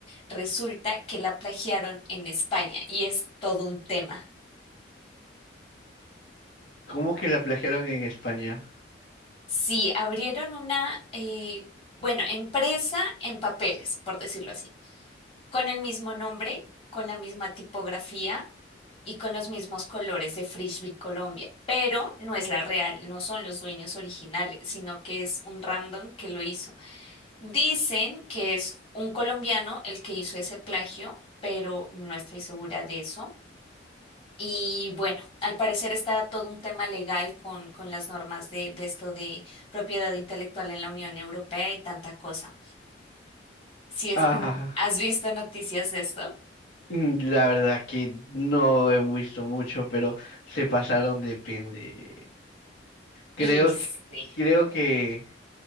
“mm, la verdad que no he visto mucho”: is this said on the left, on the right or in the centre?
Left